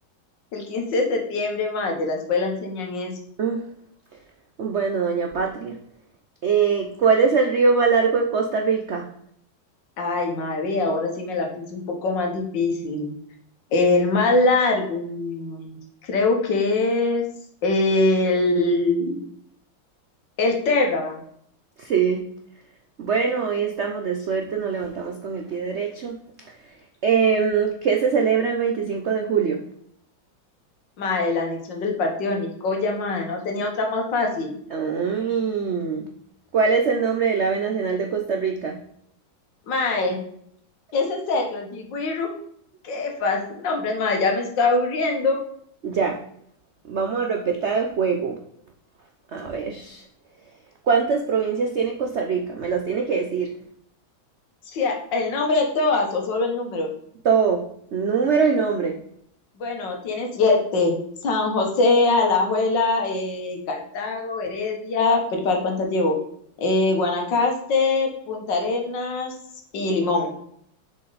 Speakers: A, on the left; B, on the right.
A: el quince de septiembre, mae, de la escuela enseñan eso.
B: Mm, Bueno, doña Patria. Eh, ¿cuál es el río más largo de Costa Rica?
A: Ay, mae, ve, ahora sí me la puse un poco más difícil. El más largo, mm, creo que es el, el Terraba,
B: Sí. Bueno, hoy estamos de suerte, nos levantamos con el pie derecho. Em, ¿qué se celebra el veinticinco de julio?
A: mae, la anexión del partido de Nicoya, mae, no tenía otra más fácil.
B: Mm, ¿Cuál es el nombre del ave nacional de Costa Rica?
A: Mae, es en serio, el Jiguiru, qué fácil. Nombre, mae, ya me está aburriendo.
B: Ya, vamos a repetir el juego. A ver. ¿Cuántas provincias tiene Costa Rica? Me las tiene que decir.
A: Si a- el nombre de todas o solo el número.
B: Todo, número y nombre.
A: Bueno, tiene siete. San José, Alajuela, eh, Cartago, Heredia, pero ¿para ¿cuántas llevo? Eh, Guanacaste, Punta Arenas y Limón.